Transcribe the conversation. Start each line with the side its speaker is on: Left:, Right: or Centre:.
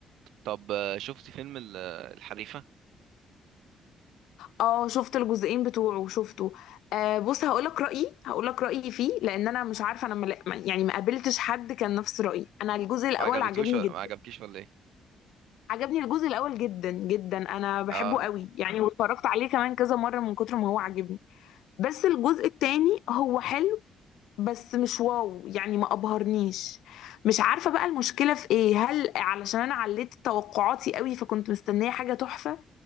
Right: طب آه، شفت فيلم ال- آه، الحريفة
Left: اه شفت الجزئين بتوعه شفته آه بص هقولك رأيي هقولك رأيي فيه لأن أنا مش عارفة أنا ملا... يعني ما قابلتش حد كان نفس رأيي أنا الجزء الأول
Right: ما عجبتوش
Left: عجبني
Right: ولا
Left: جدا
Right: ما عجبكيش ولا ايه
Left: عجبني الجزء الأول جدا جدا أنا بحبه
Right: اه
Left: قوي يعني واتفرجت عليه كمان كذا مرة من كتر ما هو عجبني بس الجزء التاني هو حلو بس مش واو يعني ما ابهرنيش مش عارفة بقى المشكلة في ايه هل علشان انا عليت توقعاتي قوي فكنت مستنية حاجة تحفة